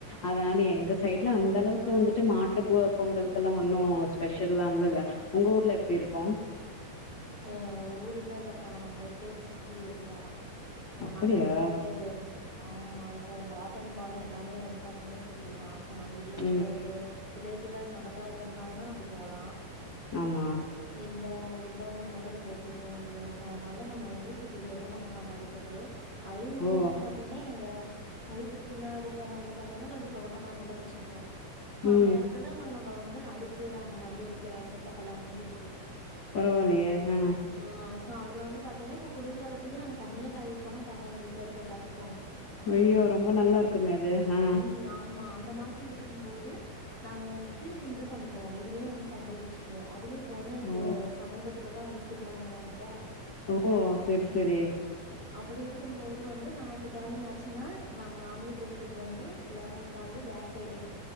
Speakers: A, on the left; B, on the right.
A: அதனால எங்க சைட்ல அந்த அளவுக்கு வந்துட்டு மாட்டு போ பொங்கலுக்கெல்லா ஒன்னு ஸ்பெஷல்லா இல்லல ஒங்க ஊர்ல எப்டி இருக்கு
B: ஏ எங்க ஊருலா இல்லப்பா நாங்க இருக்குறது சிட்டி ஏரியா ஆஹ்
A: அப்படியா?
B: நாங்க வந்துட்டு எம் ஆமா இப்போ பாத் தன்பான எல்லாமே வந்து பாத்தீன்னா சிட்டி தா சொன்னாங்க வில்லேஜ்
A: ம்.
B: போறது வில்லேஜ் இதுல சொந்தக்காரங்க இருந்தாங்கன்னா நம்ப போலா
A: ஆமா.
B: இல்ல அது இல்லங்க போது நம்ப எப்டி போ முடியு சோ அதனால நம்ப வந்து சிட்டிலயேதா நாங்க கொண்டாடிக்கிறது அதையு மீறி
A: ஓ!
B: வந்து பாத்தீன்னா எங்க வீட்டுக் பின்னாடிப்புறோ வந்து பாத்தீனா கொஞ்ஜோ தோட்ட மாறியெல்லா வச்சிருக்கோ சோ
A: ம்.
B: அந்த எடத்துல நா நம் இப்ப வந்து அடுப்பு அந்த மாறி விக்கிற செட்டப் எல்லாமே இருக்கு
A: பரவாலயே ஆஹ்
B: ஆ அதுல வந்து பாத்தீங்னா இப்போ குளிர்காலத்துக்கு நாங்க தண்ணியே காயவப்போனா பாரே எங்க வீட்ல இருக்க எல்லாத்துக்கு
A: ஏ ரொம்ப நல்லாருக்குமே அது ஹா
B: ம் ஆமா அந்த மாதிரி இருக்கும்போது நாங்க வந்துட்டு இது பண்ணிக்குவோ இதுலயே வந்து பொங்கல் வச்சுக்குவோ அதுலயு இப்ப வந்து எனக்கு
A: ஓ
B: விபத்துல தா வந்து திருமணம் நடந்ததா
A: ஓ சரி சரி
B: அப்பிடி இருக்கும்போது வந்து ஞாயித்துக்கெழம ஆச்சுன்னா நாங்க நான்வெஜ் எடுத்துட்டு வந்து எல்லாரு ஒக்காந்து பேக் சைடே